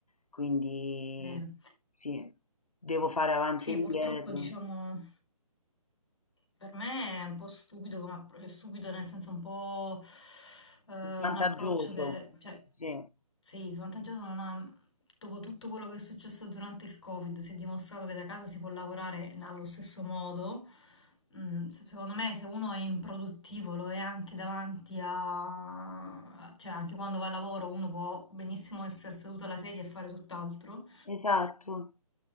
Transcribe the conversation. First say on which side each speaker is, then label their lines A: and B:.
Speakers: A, on the left (about 80°); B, on the left (about 50°).
A: Quindi
B: Sì.
A: sì, devo fare avanti
B: Sì,
A: e indietro.
B: purtroppo diciamo. Per me è un po' stupido come appro- cioè stupido nel senso un po' eh,
A: Vantaggioso,
B: un approccio che, cioè,
A: sì,
B: sì, svantaggioso non ha... Dopo tutto quello che è successo durante il Covid, si è dimostrato che da casa si può lavorare allo stesso modo. Mm, se- secondo me, se uno è improduttivo, lo è anche davanti a... cioè, anche quando va a lavoro, uno può benissimo essere seduto alla sedia e fare tutt'altro.
A: esatto.